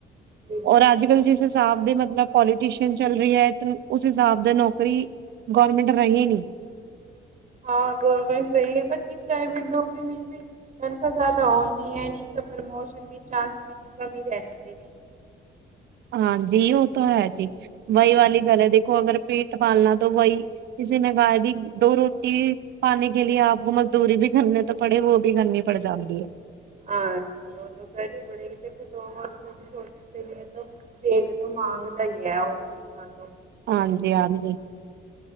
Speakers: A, on the right; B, on the right.
A: ਬਿਲਕੁਲ।
B: ਔਰ ਅੱਜ ਕੱਲ੍ਹ ਜਿਸ ਹਿਸਾਬ ਦੇ ਮਤਲਬ ਪੋਲੀਟੀਸ਼ਨਅਨ ਚੱਲ ਰਹੀ ਹੈ। ਉਸ ਹਿਸਾਬ ਦੇ ਨੌਕਰੀ ਗੌਰਮੈਂਟ ਰਹੀ ਨਹੀਂ
A: ਹਾਂ ਗਰਮੈਂਟ ਰਹੀ ਹੈੱਚ ਪ੍ਰਾਈਵੇਟ ਨੌਕਰੀ ਵਿੱਚ ਵੀ ਤਨਖਾਹ ਜ਼ਿਆਦਾ ਆਉਂਦੀ ਹੈ ਨ ਤਾਂ ਪ੍ਰਮੋਸ਼ਨ ਵੀ ਚਾਂਸ ਵਿੱਚ ਕਮੀ ਰਹਿ ਜਾਂ ਦਿੰਦੇ ਨੇ
B: ਹਾਂਜੀ ਉਹ ਤਾਂ ਹੈ ਜੀ <unintelligible> ਗੱਲ ਹੈ ਦੇਖੋ ਅਗਰ ਪੇਟ ਪਾਲਣਾ ਤਾਂ ਬਹੀ ਕਿਸੇ ਨ ਗਾਇ ਦੀ ਦੋ ਰੋਟੀ ਪਾਨੇ ਕੇ ਲਿਏ ਆਪ ਮਜ਼ਦੂਰੀ ਵੀ ਘਰੇ ਤਾਂ ਪੜੇ ਉਹ ਵੀ ਘਰਨੀ ਪੜ ਜਾਂਦੀ ਹੈ।
A: ਹਾਂਜੀ ਉਹ ਤਾਂ ਕਰਨੀ ਪੜੇਗੀ ਦੇਖੋ ਦੋ ਵਫ਼ਤ ਦੀਸ਼ਿਸ਼ ਪੇ ਤੋਂ ਮੰਗਦਾ ਹੀ ਹੈਰ ਕੁਛ ਨਾ ਕੁ
B: ਹਾਂਜੀ ਹਾਂਜੀ।